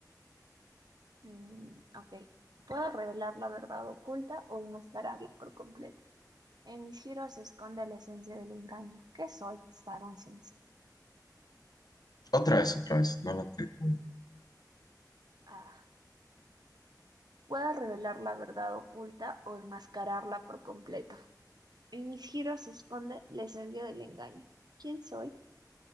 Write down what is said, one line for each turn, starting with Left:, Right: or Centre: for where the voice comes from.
Right: Mm, ok. Puedo revelar la verdad oculta o enmascararla por completo. En mis giros se esconde la esencia del engaño. ¿Qué soy? Estaba sencillo.
Left: Otra vez, otra vez. No la entendí muy bien.
Right: Ah. Puedo revelar la verdad oculta o enmascararla por completo. En mis giros se esconde la esencia del engaño. ¿Quién soy?